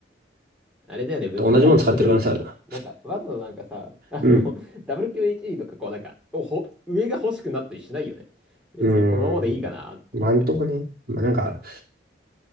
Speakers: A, in the centre; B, on the right.
A: あれだよね、ぶっちゃけなんか古い、
B: と同じもの使ってる可能性あるな。
A: なんか、わざわざなんかさ、あの、
B: うん。
A: w q h d とかこうなんか、お、ほ、上が欲しくなったりしないよね。別にこのままでいいかなと思って。
B: うーん。まあんとこね。まあ、なんか、